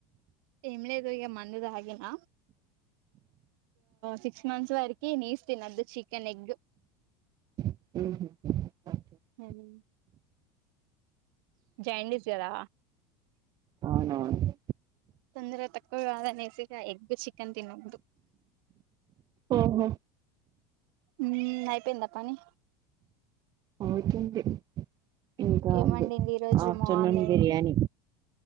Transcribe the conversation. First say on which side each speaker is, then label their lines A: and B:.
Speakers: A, on the right; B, on the right.
A: ఏం లేదు ఇక మందు తాగిన సిక్స్ మంత్స్ వరకి నీస్ తినద్దు. చికెన్ ఎగ్
B: మ్ హు
A: సరే అండి జైండీస్ కదా?
B: అవునవును
A: తొందర తక్కువ కాదనేసి ఎగ్ చికన్ తినొద్దు
B: ఓహో
A: ఉమ్ ఐపేంద పని
B: అవుతుంది. ఇంకా
A: ఏం
B: ఉంది.
A: వండింది ఈ రోజు
B: ఆఫ్టర్నూన్
A: మార్నింగ్
B: బిర్యాని